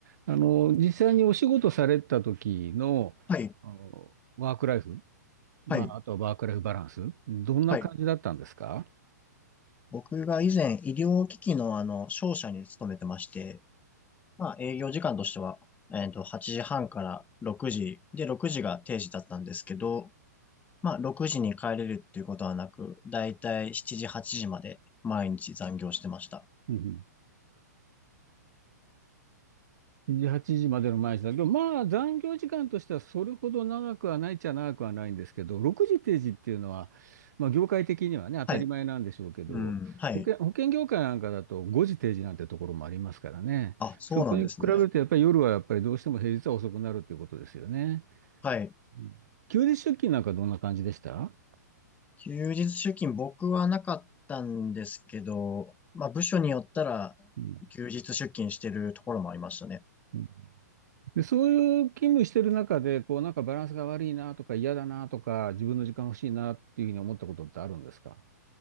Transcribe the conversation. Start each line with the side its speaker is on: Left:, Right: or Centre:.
Right: あの、実際にお仕事された時の、
Left: はい、
Right: あの、ワークライフ、まあ、
Left: はい、
Right: あとはワークライフバランス、どんな感じだったんですか
Left: はい。僕が以前医療機器のあの商社に勤めてまして、まあ営業時間としては、えっと、8時半から6時、で、6時が定時だったんですけど、まあ6時に帰れるっていうことはなく、だいたい7時、8時まで毎日残業してました。
Right: うんうん。7時、8時までの毎日だけど、まあ、残業時間としてはそれほど長くはないっちゃ長くはないんですけど、6時定時っていうのは、まあ、業界的にはね、当たり前なんでしょうけど、
Left: はい。うん、はい。
Right: 保険、保険業界なんかだと5時定時なんてところもありますからね。
Left: あ、そうなんですね。
Right: そこに比べると、やっぱり夜はやっぱりどうしても平日は遅くなるっていうことですよね。
Left: はい。
Right: うん休日出勤なんかどんな感じでしたう
Left: 休日出勤僕はなかったんですけど、まあ部署によったら
Right: ん
Left: 休日出勤してるところもありましたね。
Right: うんで、そういう勤務してる中で、こう、なんかバランスが悪いなとか嫌だなとか、自分の時間欲しいなっていうふうに思ったことってあるんですか